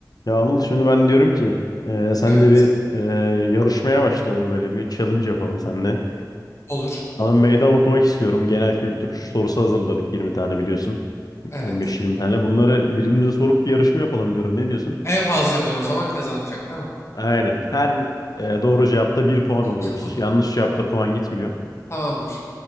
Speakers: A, on the left; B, on the left.
A: Ya Anıl şimdi ben diyorum ki e, senle
B: Evet.
A: bir e, yarışmaya başlayalım böyle bir challenge yapalım seninle.
B: Olur.
A: Sana meydan okumak istiyorum. Genel kültür sorusu hazırladık 20 tane biliyorsun.
B: Evet.
A: 15-20 tane. Bunları birbirimize sorup bir yarışma yapalım diyorum. Ne diyorsun?
B: En fazla bilen o zaman kazanacak değil mi?
A: Aynen. Her e, doğru cevapta bir puan alıyoruz.
B: <laughs>
A: Yanlış cevapta puan gitmiyor.
B: <clears throat> Tamamdır.